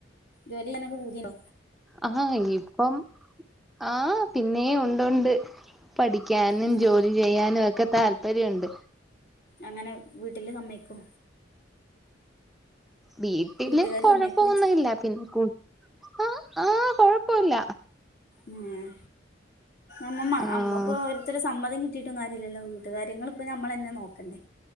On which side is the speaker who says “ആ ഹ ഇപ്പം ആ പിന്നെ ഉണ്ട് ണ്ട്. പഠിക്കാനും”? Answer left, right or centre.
Centre